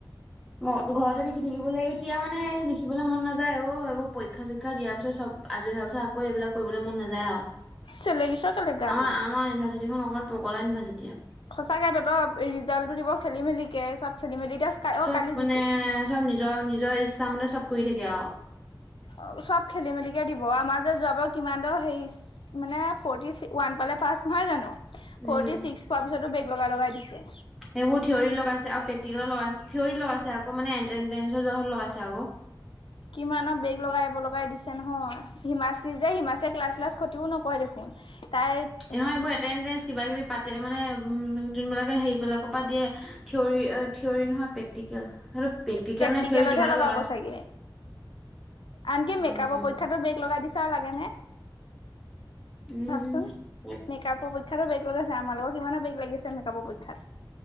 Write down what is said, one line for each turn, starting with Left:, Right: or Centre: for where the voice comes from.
Centre: মোৰ ঘৰতে লিখি থাকিবলে এতিয়া মানে লিখিবলৈ মন নাযায় অ এইবোৰ পৰীক্ষা চৰীখা শিক্ষা দিয়াৰ পিছত চব আজৰি হোৱাৰ পিছত আকৌ এইবিলাক কৰিবলৈ মন নাযায় আৰু
Left: চেলেকিছ কেলে গাটো
Centre: আমাৰ আমাৰ ইউনিভাৰ্চিটি খন অকমান পগলা ইউনিভাৰ্চিটি
Left: সঁচাকে তহত ৰিজাল্টটো দিব খেলি মেলিকে চব খেলি মেলি এতিয়া অ
Centre: চব
Left: কালি
Centre: মানে
Left: জুতি
Centre: চব নিজৰ নিজৰ ইচ্ছা মতে চব কৰি থাকে আৰু
Left: অ চব খেলি মেলিকে দিব আমাৰ যে যোৱা বাৰ কিমান দৰ হেৰি মানে ফৰটি ৱান পালে পাছ নহয় জানো
Centre: উম
Left: ফৰটি চিক্স পোৱাৰ পিছতো বেগ লগাই লগাই দিছে।
Centre: সেইবোৰ থিয়ৰি লগাইছে আৰু প্ৰেকটিকেল লগাইছে থিয়ৰৰি লগাইছে আকৌ মানে এটেডেঞ্চৰ জহত লগাইছে আকৌ।
Left: কিমানৰ বেগ লগাই লগাই দিছে নহয় হিমাশ্ৰী যে হিমাশ্ৰী যে ক্লাছ চাল্স খতিও নকৰে দেখোন। তাইক
Centre: নহয় এইবোৰ এটেডেঞ্চ কিবা কিবি পাতে মানে উম যোনবিলাকে হেৰিবলাকৰ পৰা দিয়ে। থিয়ৰী থিয়ৰী নহয় প্ৰেক্টিকেল। সেইটো প্ৰেক্টিকেল
Left: প্ৰেক্টিকেলতহে
Centre: নে থিয়ৰী কিবা এটা
Left: লগাব
Centre: লগাইছে
Left: চাগে। আনকি
Centre: উম
Left: মেকআপৰ পৰীক্ষাতো বেগ লগাই দিছা লাগে নে
Centre: উম
Left: ভাবচোন। মেকআপৰ পৰীক্ষাতো বেগ লগাইছে আমালোকৰ কিমান বেগ লাগছে মেকআপৰ পৰীক্ষাত।